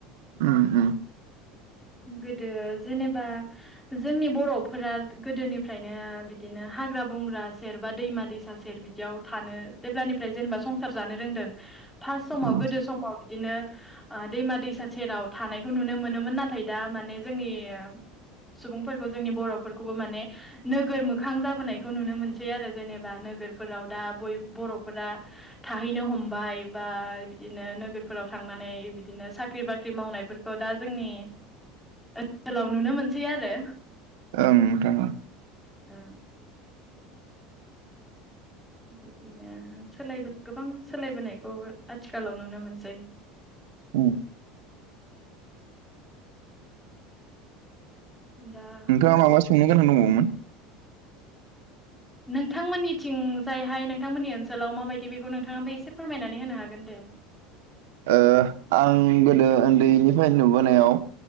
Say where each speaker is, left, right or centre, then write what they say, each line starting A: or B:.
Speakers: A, on the right (about 85°); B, in the centre.
A: ओम ओम
B: गोदो जेनेबा जोंनि बर'फोरा गोदोनिफ्रायनो बिदिनो हाग्रा बंग्रा सेर बा दैमा दैसा सेर बि याव थानो जेब्लानिफ्राय जेनेबा संसार जानो रोंदों फार्स्ट समाव
A: उम
B: गोदो समाव बिदिनो ओ दैमा दैसा सेराव थानायखौ नुनो मोनोमोन नाथाय दा माने जोंनि सुबुंफोरखौ जोंनि बर'फोरखौबो माने नोगोर मोखां जाबोनायखौ नुनो मोनसै आरो जेनेबा नोगोरफोराव दा बय बर'फोरा थाहैनो हमबाय बा बिदिनो नोगोरफोराव थांनानै बिदिनो साख्रि बाख्रि मावनायफोर खौ दा जोंनि ओनसोलाव नुनो मोनसै आरो।
A: ओं नोंथां ओं
B: ओ बिदिनो सोलाय गोबां सोलायबोनायखौ आथिखालाव नुनो मोनसै
A: उम
B: दा
A: नोंथाङा माबा सोंनो गोनां दंबावोमोन?
B: नोंथांमोननिथिं जायहाय नोंथांमोननि ओनसोलाव माबायदि बेखौ नोंथाङाबाबो एसे फोरमायनानै होनो हागोन दे
A: ओ आं गोदो उन्दैनिफ्राय नुबोनायाव